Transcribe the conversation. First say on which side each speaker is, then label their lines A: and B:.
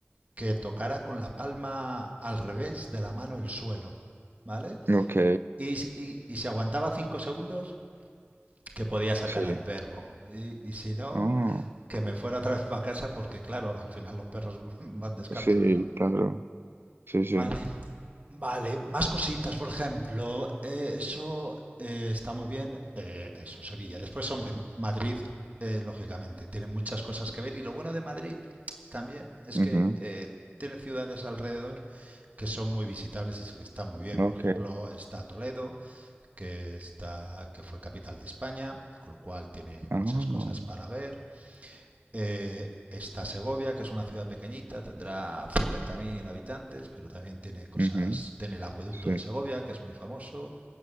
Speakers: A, on the right (about 35°); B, on the right (about 55°).
A: que tocara con la palma al revés de la mano el suelo, ¿vale?
B: Ok,
A: Y, si- y, y si aguantaba cinco segundos, que podía sacar
B: sí.
A: al perro. Y, y si no,
B: Ah,
A: que me fuera otra vez para casa porque, claro, al final los perros <laughs> van descartos,
B: sí,
A: ¿no?
B: claro. Sí, sí.
A: Vale, vale. Más cositas, por ejemplo, eh, eso eh, está muy bien, eh, eso, Sevilla. Después, hombre, Madrid, eh, lógicamente, tiene muchas cosas que ver y lo bueno de Madrid también es
B: Ujú,
A: que eh, tiene ciudades alrededor que son muy visitables y que están muy bien.
B: Ok.
A: Por ejemplo, está Toledo, que, está, que fue capital de España, con lo cual tiene muchas
B: Ah,
A: cosas para ver. Eh, está Segovia, que es una ciudad pequeñita, tendrá 50.000 habitantes, pero también tiene cosas,
B: ujú,
A: tiene el acueducto
B: sí.
A: de Segovia, que es muy famoso.